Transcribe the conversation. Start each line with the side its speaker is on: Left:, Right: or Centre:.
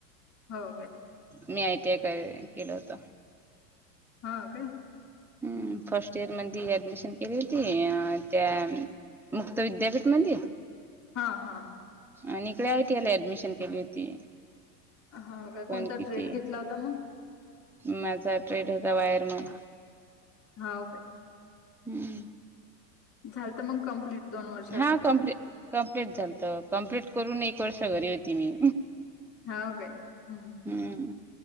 Left: हो काय.
Centre: मी आय टी आय का केलं होत.
Left: हो काय. हं,
Centre: हम्म.
Left: हं.
Centre: फस् <unintelligible> ऍडमिशन केली होती त्या मुक्त विद्यापीठ मधी.
Left: हा. हा.
Centre: आणि इकडे आय टी आयला ऍडमिशन केली होती.
Left: हा काय
Centre: पण
Left: कोणता
Centre: किती
Left: ट्रेड घेतला होता मग?
Centre: माझा ट्रेड होता वायरमण.
Left: हो का.
Centre: हम्म.
Left: झालंत मग कंम्प्लीट दोन वर्षाच.
Centre: हा कम्प्लीट कम्प्लीट झालत. कंम्प्लीट करून एक वर्ष घरी होती मी.
Left: हो काय. हम्.
Centre: हम्म.